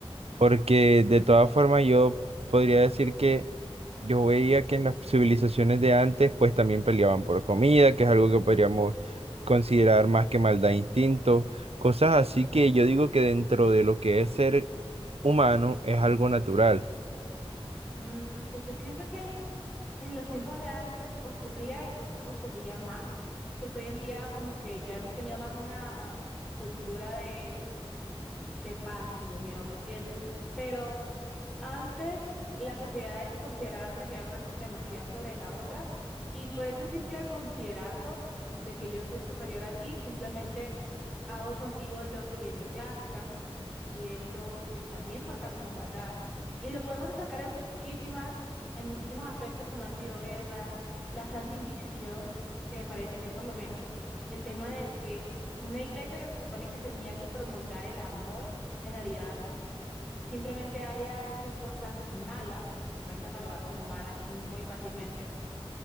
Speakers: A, on the right (about 80°); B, in the centre.
A: Porque de todas formas yo podría decir que yo veía que en las civilizaciones de antes pues también peleaban por comida, que es algo que podríamos considerar más que maldad e instinto, cosas así que yo digo que dentro de lo que es ser humano es algo natural.
B: Mm, pues yo siento que en los tiempos de antes ocurría y quizás ocurría más, porque hoy en día como que ya hemos tenido más una cultura de de paz y de unión, ¿me entiendes? Pero antes las sociedades consideraban que tenían una supremacía sobre la otra y por ese simple considerarlo de que yo soy superior a ti, simplemente hago contigo lo que me plazca y eso también cuenta como maldad. Y lo podemos destacar en muchísimas, en muchísimos aspectos como han sido guerras, la Santa Inquisición, que me parece que por lo menos el tema del que una iglesia que se supone que tenía que promulgar el amor, en realidad simplemente haya hecho cosas malas, porque se pueden catalogar como malas muy fácilmente,